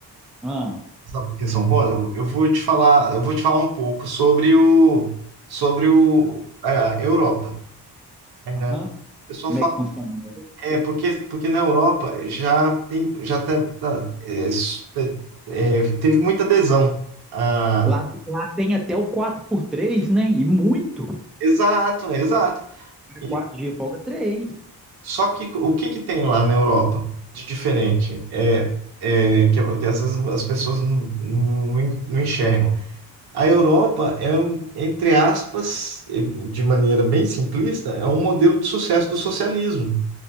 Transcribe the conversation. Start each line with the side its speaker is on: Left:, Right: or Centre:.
Centre: Ah,
Right: Sabe por que são contra? Eu vou te falar, eu vou te falar um pouco sobre o, sobre o,
Centre: tá.
Right: a Europa. É,
Centre: Aham.
Right: O pessoal
Centre: Como
Right: fala
Centre: é que funciona? né?
Right: É, porque, porque na Europa já tem, já tá, tá, é, s- tá, é, teve muita adesão. Ah,
Centre: Lá, lá tem até o quatro por três né? E muito.
Right: exato, exato. E,
Centre: Quatro dias folga três.
Right: só que o que que tem lá na Europa de diferente? É, é que, que às vezes as pessoas não, não, en- não enxergam. A Europa é, um, entre aspas, eh, de maneira bem simplista, é um modelo de sucesso do socialismo.